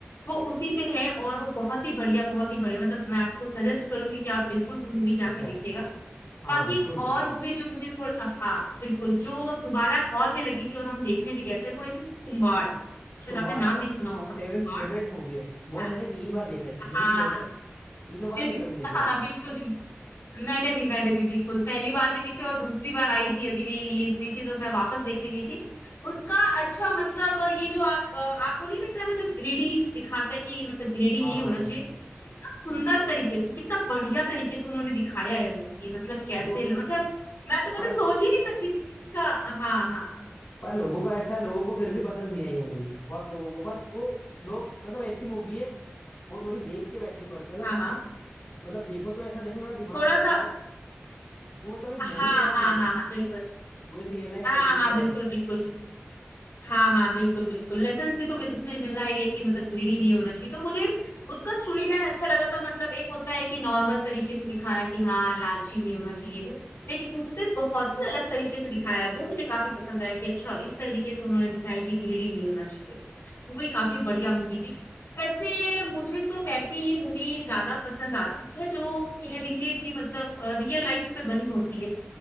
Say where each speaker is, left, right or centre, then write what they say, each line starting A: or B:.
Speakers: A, on the left; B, on the left.
A: वो उसी पे है और वो बहुत ही बढ़िया बहुत ही बढ़िया मतलब मैं आपको सजेस्ट करूंगी कि आप बिल्कुल वो मूवी जाके
B: अच्छा
A: देखिएगा
B: हाँ
A: बाकी
B: हाँ, बिल्कुल
A: एक
B: देख
A: और मूवी जो मुझे थोड़ा हाँ बिल्कुल जो दोबारा हॉल में लगी थी और हम देखने भी गए थे वो ये थी कुम्बाड़ शायद
B: तुम्बाड़
A: आपने नाम
B: तो
A: भी सुना होगा कुम्बाड़
B: फेवरेट फेवरेट मूवी है वो
A: हाँ
B: मैंने तीन बार देख रखी मैंने
A: हाँ
B: थिएटर
A: हाँ,
B: तीनों बार
A: बिल्कुल
B: थिएटर में देखिए
A: हाँ बिल्कुल बिल्कुल। मैंने भी मैंने भी बिल्कुल पहली बार भी देखी और दूसरी बार आई थी अभी री रिलीज हुई थी तो मैं वापस देखने गई थी उसका अच्छा मतलब ये जो आप अ, आपको नहीं लगता है वो जो ग्रीडी दिखाता है कि मतलब ग्रीडी
B: हाँ
A: नहीं
B: हाँ
A: होना चाहिए कितना सुंदर तरीके से कितना बढ़िया तरीके से उन्होंने दिखाया है वो कि मतलब कैसे
B: वो
A: मतलब मैं तो
B: पर
A: कभी सोच ही नहीं सकती थी कि इसका हाँ हाँ
B: पर लोगों का ऐसा है लोगों को फिर भी पसंद नहीं आई वो मूवी बहुत लोगों को पर वो लोग मतलब ऐसी मूवी है वो थोड़ी देख के बैठनी पड़ती मतलब
A: हाँ हाँ
B: मतलब देखो तो ऐसा देखो थोड़ा दिमाग
A: थोड़ा
B: लगाओ
A: सा
B: बट वो मतलब एक मूवी
A: हाँ
B: की तरह
A: हाँ
B: नहीं
A: हाँ
B: है
A: हाँ बिल्कुल
B: वो एक रियल लाइफ
A: हाँ
B: लेसन की
A: हाँ
B: तरफ
A: बिल्कुल
B: है
A: बिल्कुल हाँ हाँ बिल्कुल बिल्कुल लेसन्स भी तो मे- उसमें मिल रहा ही है कि मतलब ग्रीडी नहीं होना चाहिए तो मुझे उसका स्टोरी लाइन अच्छा लगा था मतलब एक होता है कि नॉर्मल तरीके से दिखाना कि हाँ लालची नहीं होना चाहिए वो लेकिन उस पे बहुत ही अलग तरीके से दिखाया है वो मुझे काफी पसंद आया कि अच्छा इस तरीके से उन्होंने दिखाया कि ग्रीडी नहीं होना चाहिए वो ही काफी बढ़िया मूवी थी वैसे
B: अच्छा
A: मुझे तो वैसी ही मूवी ज्यादा पसंद आती है जो कह लीजिए कि मतलब रियल लाइफ पे बनी होती है